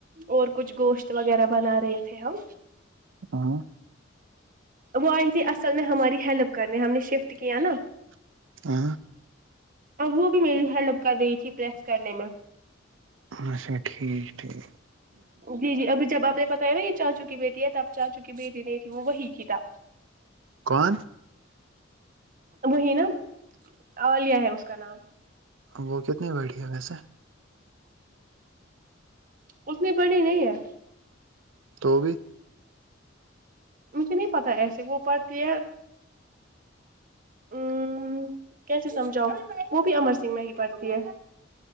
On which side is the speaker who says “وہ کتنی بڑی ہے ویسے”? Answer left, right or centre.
Right